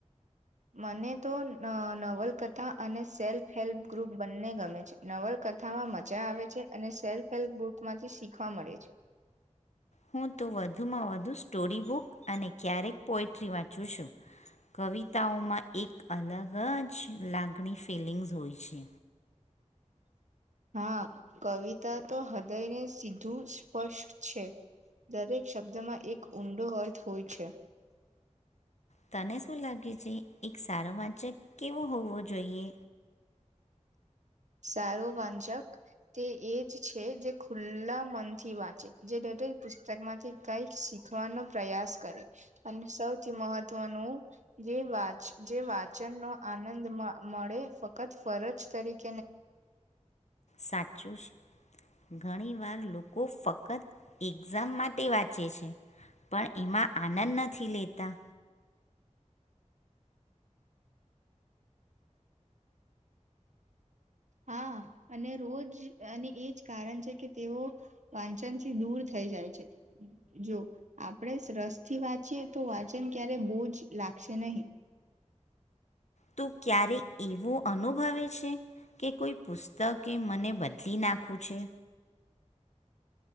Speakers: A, on the right; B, on the left.
A: મને તો ન નવલકથા અને સેલ્ફ હેલ્પ ગ્રુપ બંને ગમે છે. નવલકથામાં મજા આવે છે, અને સેલ્ફ હેલ્પ ગ્રુપમાંથી શીખવા મળે છે.
B: હું તો વધુમાં વધુ સ્ટોરી બુક અને ક્યારેક પોઈટ્રી વાંચું છું. કવિતાઓમાં એક અલગ જ લાગણી ફિલિંગ્સ હોય છે.
A: હા કવિતા તો હદયને સીધું સ્પષ્ટ છે. દરેક શબ્દમાં એક ઊંડો અર્થ હોય છે.
B: તને શું લાગે છે, એક સારો વાંચક કેવો હોવો જોઈએ?
A: સારો વાંચક તે એ જ છે જે ખુલ્લા મનથી વાંચે. જે દરેક પુસ્તક માંથી કાઈક શીખવાનો પ્રયાસ કરે, અને સૌથી મહત્વનું જે વાચ જે વાચન નો આનંદ મ મળે ફક્ત ફરજ તરીક
B: સાચ <unintelligible> ઘણીવાર લોકો ફક્ત એક્ઝામ માટ ટે વાંચે છે. પણ એમાં આનંદ નથી લેતા.
A: હા અને રોજ અને એજ કારણ છે કે તેઓ વાંચનથી દૂર થઈ જાય છે. જો આપણેે રસ થી વાંચીએ તો વાંચન ક્યારેય બોજ લાગશે નહી.
B: તો ક્યારે એવું અનુભવે છે કે કોઈ પુસ્તકે મને બદલી નાખું છે?